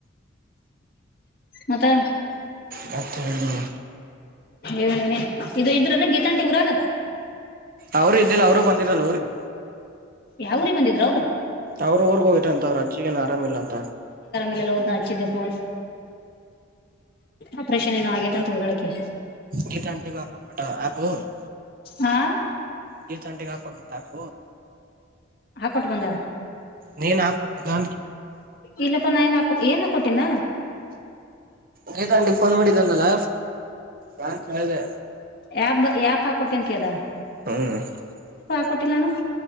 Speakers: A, on the left; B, on the right.
A: ಮತ್ತೆ
B: ಮತ್ತೇನಿಲ್ಲ
A: ಏನೇ ಇದು ಇದ್ರನ್ನ ಗೀತಂಟಿ ಊರಾಗ
B: ಅವರು ಇದ್ದಿಲ್ಲ ಅವರುೂ ಬಂದಿರಲ್ಲ ಅವ್ರಿಗೆ
A: ಯಾವ್ರಿಗೆ ಬಂದಿದ್ರರು ಅವ್ರು
B: ಅವ್ರ ಊರ್ಗ ಹೋಗಾರಂತ ಅವ್ರ ಅಜ್ಜಿಗೇನ್ ಆರಾಮಿಲ್ಲ ಅಂತ
A: ಲ್ಲ <unintelligible> ಹಓದ್ನ ಹಚ್ಚಿದ್ದೆ ಫೋನ್ ಆಪ್ರೇಷನ್ ಏನು ಆಗೇತೆ ಅಂತ ಹಳಕ್ಕೆ
B: ಗೀತ ಆಂಟೆಗ ಅಕೌಂಟ್ ಬ ಆ
A: ಹಾ
B: ಗೀ ತಂಟೆಗಾ <unintelligible> ಕೊ ಹಟಾಕ
A: ಹಾಕ್ಕೊಂಡ್ ಬಂದ
B: ನೀನಾ ಕೊಟ್ಟಿದ್ದು
A: ಇಲ್ಲಪ್ಪಾ ನಾ ಏನ್ ಹಾಕೊ ಏನ್ ಹಾಕೊಟಿನ
B: ಗೀತಾ ಆಂಟಿ ಫೋನ್ ಮಾಡಿದ್ದ ಅನಲ್ಲ ಯಾರ ಕೇಳಿದೆ
A: ಯಪ್ ಯಾಪ್ ಹಾಕೊಟ್ಟೇನ್ ಕದ
B: ಹ್ಮ್
A: ಕೊಟ್ಟಿಲ್ಲ ನಾನು